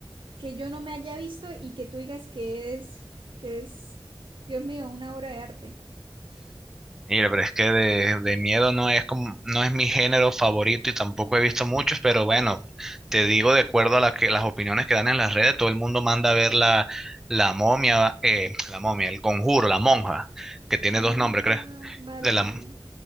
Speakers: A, on the right (about 70°); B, in the centre.
A: que yo no me haya visto y que tú digas que es, que es, Dios mío, una obra de arte.
B: Mira, pero es que de, de miedo no es como, no es mi género favorito y tampoco he visto muchos, pero bueno, te digo de acuerdo a la que- las opiniones que dan en las redes, todo el mundo manda a ver la, la momia, eh, la momia, el conjuro, la monja, que tiene
A: Ah,
B: dos nombres, ¿crees?
A: vale,
B: De la,
A: vale.